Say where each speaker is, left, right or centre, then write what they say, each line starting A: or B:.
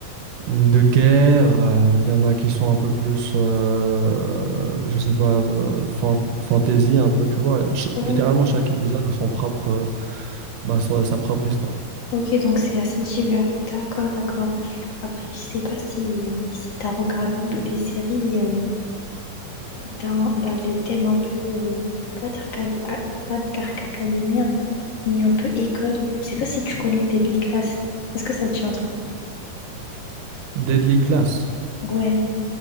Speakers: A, on the right (about 70°); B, on the left (about 50°).
A: Mm, De guerre, euh, il y en a qui sont un peu plus, euh, je sais pas, euh, fan- fantasy un peu, tu vois. Ch-
B: ouais.
A: littéralement, chaque épisode a son propre, euh, bah, sa, sa propre histoire.
B: Ok, donc c'est assez divers. D'accord, d'accord. Après, je sais pas si, si t'as regardé un peu des séries euh, dans, dans le thème un peu, euh, pas Dark, Ac- ah, pas Dark Academia, mais un peu école. Je sais pas si tu connais Deadly Class. Est-ce que ça te dit un truc?
A: Deadly Class.
B: Ouais,